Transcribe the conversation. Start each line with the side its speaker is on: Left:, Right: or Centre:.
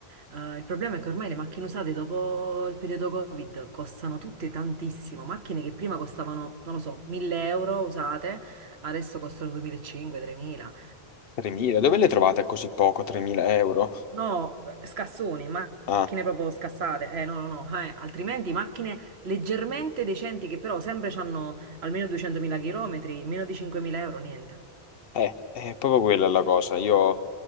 Right: Eh, il problema è che ormai le macchine usate dopo il periodo Covid costano tutte tantissimo. Macchine che prima costavano, non lo so, 1000 euro usate, adesso costano 2500-3000.
Left: 3.000, dove le trovate a così poco? 3.000 euro?
Right: No, beh, scassoni, ma-
Left: Ah,
Right: macchine proprio scassate. Eh, no, no, no, eh, altrimenti macchine leggermente decenti che però sempre hanno almeno 200.000 km, meno di 5.000 euro, niente.
Left: eh, è proprio quella la cosa. Io,